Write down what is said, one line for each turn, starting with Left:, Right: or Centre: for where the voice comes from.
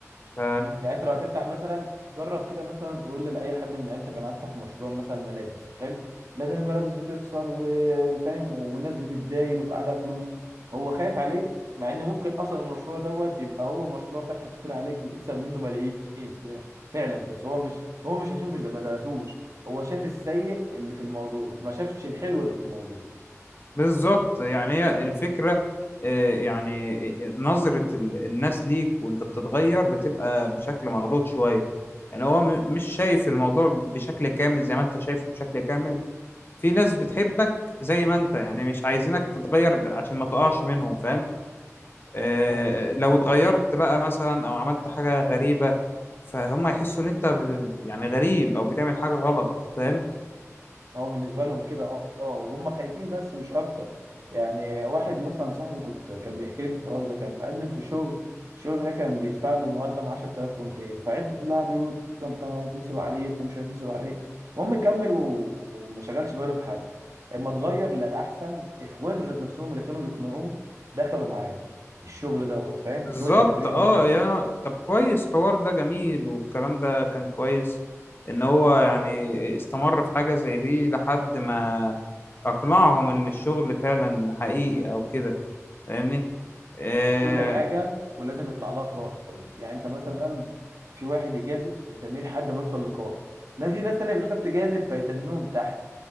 Left: ف
Right: مم. يعني انت لو هتفتح مثلا جرب كده مثلا تقول لاي حد من عيلتك انا هفتح مشروع مثلا ملابس حلو لا ده الملابس بتخسر و... وفاهم والناس بتتداين ويبقى عليها فلوس هو خايف عليك مع ان ممكن اصلا المشروع دوت يبقى هو مشروع فتح كتير عليك وتكسب منه ملايين فعلا فعلا. بس هو مش هو مش عشان مش ما درسوش هو شاف السيء اللي في الموضوع ما شافش الحلو اللي في الموضوع
Left: بالظبط يعني هي الفكرة آه، يعني آه، نظرة ال- الناس ليك وانت بتتغير بتبقى بشكل مغلوط شوية يعني هو م- مش شايف الموضوع بشكل كامل زي ما انت شايفه بشكل كامل في ناس بتحبك زي ما انت يعني مش عايزينك تتغير عشان ما تقعش منهم فاهم آه،
Right: صح
Left: لو اتغيرت بقى مثلا او عملت حاجة غريبة فهم يحسوا ان انت ب- يعني غريب او بتعمل حاجة غلط فاهم
Right: هو بالنسبة لهم كده اه اه وهم خايفين بس مش أكتر يعني واحد مثلا صاحبي كنت كان بيحكي لي في الحوار ده كان مقدم في شغل الشغل ده كان بيدفع له مقدم 10200 فعيلته كلها قعدوا يقولوا ده أنت هيتنصب عليك ومش هيتنصب عليك المهم كمل و- وما شغلش باله بحد اما اتغير للأحسن إخواته ذات نفسهم اللي كانوا بيقنعوه دخلوا معاه الشغل دوت فاهم
Left: بالظبط
Right: الشغل كان فريلانسر
Left: اه يا طب كويس حوار ده جميل والكلام ده كان كويس ان هو يعني استمر في حاجة زي دي لحد ما اقنعهم ان الشغل فعلا حقيقي او كده فاهمني آه
Right: كل حاجه ولازم يطلع لها قائد يعني انت مثلا في واحد يجازف يتنيه لحد ما يوصل لقائد ناس في ناس تانية بتخاف تجازف فيتنوهم تحت